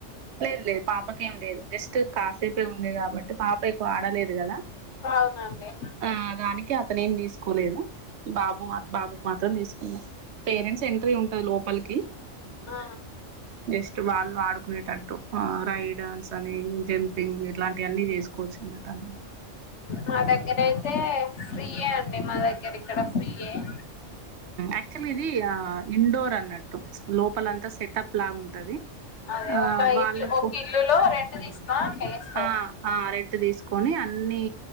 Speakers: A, on the right; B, on the left.
A: లేదు లేదు పాపకేం లేదు జస్ట్ కాసేపె ఉంది కాబట్టి పాప ఆడలేదు కదా
B: అవునండి
A: ఆ దాని అతను ఏం తీసుకోలేదు బాబు బాబుకి మాత్రం తీసుకున్నారు పేరెంట్స్ ఎంట్రీ ఉంటది లోపలికి
B: ఆ
A: జస్ట్ వాళ్ళు ఆడుకునేటట్టు రైడన్స్ అని జంపింగ్ ఇట్లాంటి అన్నీ చేసుకోవచ్చు అన్నట్టు తందు
B: మా దగ్గర అయితే ఫ్రీయే అండి మా దగ్గర ఇక్కడ ఫ్రీయ అ
A: యాక్టుల్ల్య్ ఇది ఆ ఇండోర్ అన్నట్టు లోపలంతా సెటప్ లాగుంటంది
B: అదే
A: ఆ
B: ఒక
A: వాళ్ళకు
B: ఇల్లు ఒక ఇల్లులో రెంట్ తీసుకొని అట్లా ఏస్తారు
A: ఆ ఆ ఇ <unintelligible> తీసుకొని అన్నిీ